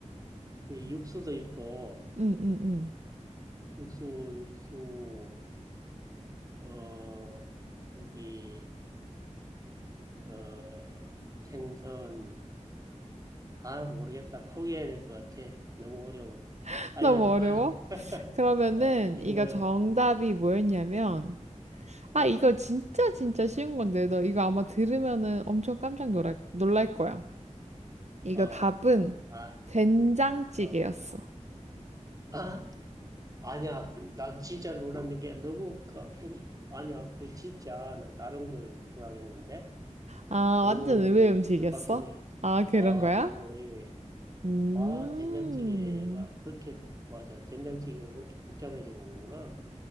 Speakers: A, on the right; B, on the right.
A: 그 육수도 있고,
B: 응, 응, 응.
A: 육수, 육수, 어, 고기, 어, 생선. 아, 모르겠다. 포기해야 될 것 같아. 너무 어려워.
B: <laughs>
A: 알려줘.
B: 너무 어려워?
A: <laughs>
B: 그러면은
A: 어, 너무
B: 이거
A: 어려워.
B: 정답이 뭐였냐면, 아,
A: 어,
B: 이거 진짜 진짜 쉬운 건데, 너 이거 아마 들으면은 엄청 깜짝 놀랄, 놀랄 거야. 이거
A: 어,
B: 답은
A: 뭐, 아,
B: 된장찌개였어.
A: 어. 아? 아니야. 난 진짜 놀랐는 게 너무, 까- 끔- 아니야. 그 진짜, 나 다른 걸 생각했는데.
B: 아,
A: 너무
B: 완전 의외 음식이었어?
A: 뜻밖이네.
B: 아, 그런
A: 아,
B: 거야?
A: 너무 의외야.
B: 음.
A: 와, 된장찌개가 그렇게, 맞아. 된장찌개가 그렇게 복잡해지는 거구나.